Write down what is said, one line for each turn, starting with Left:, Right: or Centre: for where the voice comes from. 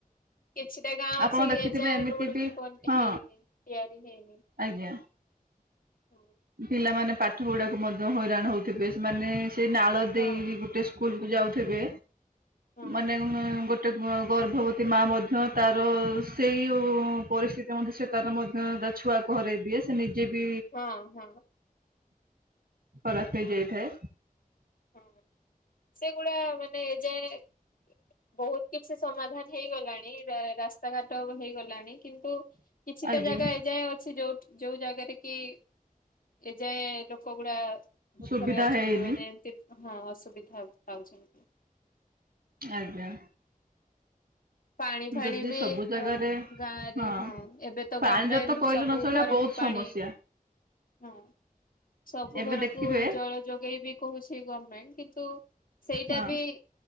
Left: କିଛିଟା ଗାଁ
Right: ଆପଣ
Left: ଅଛି
Right: ଦେଖିଥିବେ
Left: ଏଯାଏଁ
Right: ଏମିତି
Left: ରୋଡ୍ ବି ପଂ
Right: ହଁ
Left: ହେଇନି ତିଆରି ହେଇନି।
Right: ଆଜ୍ଞା।
Left: ହଁ।
Right: ପିଲାମାନେ ପାଠ ପଢିବାକୁ ମଧ୍ୟ ହଇରାଣ ହୋଉଥିବେ। ସେମାନେ ସେ ନାଳ
Left: ହଁ
Right: ଦେଇ ଗୁଟେ ସ୍କୁଲକୁ ଯାଉଥିବେ
Left: ହଁ
Right: ମାନେ ଉଁ ଗୋଟେ ଗର୍ଭବତୀ ମା ମଧ୍ୟ ତାର ସେଇ ପରିସ୍ଥିତି ମଧ୍ୟ ସେ ତାର ମଧ୍ୟ ତା ଛୁଆକୁ ହରେଇ ଦିଏ। ସେ ନି ଯ ବି
Left: ହଁ ହଁ
Right: ଖରାପ ହେଇଯାଇଥାଏ।
Left: ହଁ ସେଗୁଡା ମାନେ ଏ ଯାଏ ବହୁତ କିଛି ସମାଧାନ ହେଇଗଲାଣି ର ରାସ୍ତାଘାଟ ହେଇଗଲାଣି କିନ୍ତୁ କିଛିଟା
Right: ଆଜ୍ଞା
Left: ଜାଗା ଏଯାଏଁ ଅଛି ଯୋଉଠି ଯୋଉ ଜାଗାରେ କି ଏଯାଏଁ ଲୋକ ଗୁଡା ଦୁଃଖରେ
Right: ସୁବିଧା
Left: ଅଛନ୍ତି
Right: ହେଇନି
Left: ମାନେ ହଁ ଅସୁବିଧା ପାଉଛନ୍ତି।
Right: ଆଜ୍ଞା।
Left: ପାଣି ଫାଣି
Right: ଯଦି
Left: ବି
Right: ସବୁ ଜାଗାରେ
Left: ଅ ଗାଁ ରେ
Right: ହଁ
Left: ଏବେ ତ
Right: ପାଣି
Left: ଗଭର୍ଣମେଣ୍ଟ
Right: ଜାତ କହିଲ
Left: ସବୁ
Right: ନଚଳଆ
Left: ଘରକୁ
Right: ବହୁତ ସମୟ
Left: ପାଣି
Right: ସମସ୍ୟା
Left: ହଁ ସବୁ
Right: ଏବେ
Left: ଘରକୁ
Right: ଦେଖିବେ
Left: ଜଳ ଯୋଗେଇ ବି କହୁଛି ଗଭର୍ଣମେଣ୍ଟ କିନ୍ତୁ ତୁ ସେଇଟା
Right: ହଁ
Left: ବି